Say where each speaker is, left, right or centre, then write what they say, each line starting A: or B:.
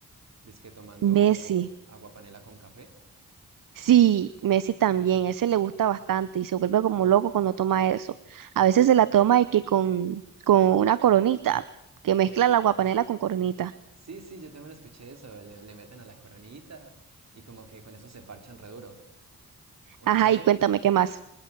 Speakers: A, on the right (about 50°); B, on the right (about 70°).
A: disque tomando
B: Messi.
A: agua panela con café.
B: Sí, Messi también, a ese le gusta bastante y se vuelve como loco cuando toma eso. A veces se la toma y que con, con una coronita, que mezcla la guapanela con coronita.
A: Sí, sí, yo también escuché eso, le, le meten a la coronita y como que con eso se parchan re duro. Una
B: Ajá,
A: vez,
B: y cuéntame qué más.